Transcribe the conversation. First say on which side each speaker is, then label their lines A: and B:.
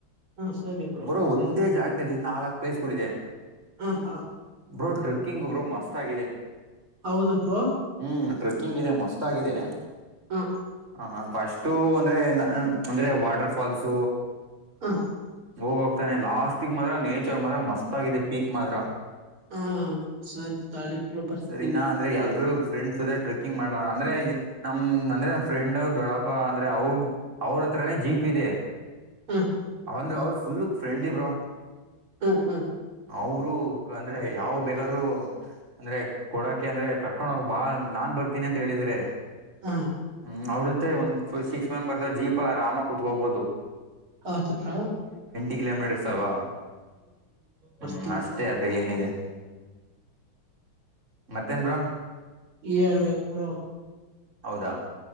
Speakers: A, on the right; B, on the right.
A: ಹಾ ಸರಿ ಬ್ರೋ
B: ಬರೋ ಒಂದೇ ಜಾಗ ನಾಲ್ಕು ಪ್ಲೇಸ್ ಗಳು ಇದೆ
A: ಹ ಹಾ
B: ಬ್ರೋ ಟ್ರೆಕ್ಕಿಂಗ್ ಬ್ರೋ ಮಸ್ತ್ ಆಗಿದೆ
A: ಹೌದಪ್ಪ
B: ಹ್ಮ್ ಟ್ರೆಕ್ಕಿಂಗ್ ಇದೆ ಮಸ್ತ್ ಆಗಿದೆ
A: ಹ
B: ಹ ಫಸ್ಟು ಅಂದ್ರೆ ನ ಅಂದ್ರೆ ವಾಟರ್ ಫಾಲ್ಸ
A: ಹ
B: ಹೋಗೋಗ್ತಾನೆ ಲಾಸ್ಟಿಗೆ ಮಾತ್ರ ನೇಚರ್ ಮಾತ್ರ ಮಸ್ತ್ ಆಗಿದೆ ಪೀಕ್ ಮಾತ್ರ
A: ಹ ಸರಿ ತಾಳಿ ಬ್ರೋ ಬರ್ತೀನಿ
B: ಸರಿನಾ ಅಂದ್ರೆ ಎಲ್ರು ಫ್ರೆಂಡ್ಸ್ ಜೊತೆ ಟ್ರೆಕ್ಕಿಂಗ್ ಮಾಡೋಣ ಅಂದ್ರೆ ನಮ್ ಅಂದ್ರೆ ನಮ್ಮ ಫ್ರೆಂಡ್ ಅವ್ರ ದೊಡಪ್ಪ ಅಂದ್ರೆ ಅವ್ರ ಅವ್ರ ತ್ರ ಜೀಪ್ ಇದೆ
A: ಹ್ಮ
B: ಅಂದ್ರೆ ಅವ್ರರು ಫುಲ್ ಫ್ರೆಂಡ್ಲಿಬ್ರಾ
A: ಹ್ಮ ಹಾ
B: ಅವರು ಅಂದ್ರೆ ಯಾವ ಬೇಕಾದ್ರರು ಅಂದ್ರೆ ಕೊಡಾಕೆ ಅಂದ್ರೆ ಕರ್ಕೊಂಡ ಹೋಗಬ ಬಾ ನಾನ್ ಬರ್ತೀನಿ ಅಂತ ಹೇಳಿದ್ರೆ
A: ಹ
B: ್ ಅವ್ರ ಜೊತೆ ಒಂದು ಸಿಕ್ಸ್ ಮೆಂಬರ್ಸ್ ಜೀಪ್ ಅಲ್ಲ ಆರಾಮ ಕುೂತ್ಕೋಬಹುದು
A: ಹೌ ಚಪ್ರಾ
B: ಈಗ್ಲಂಬಿಡಿರ್ಸಲ್ವಾ ಹ್ಮ್
A: ಬರ್ತೀವಿ
B: ಅಷ್ಟೇ ಅದ್ರ ಏನಿದೆ ಮತ್ತೇನ್ರ
A: ಇರ್ಬೇಕು ಪುರೋ
B: ಹೌದಾ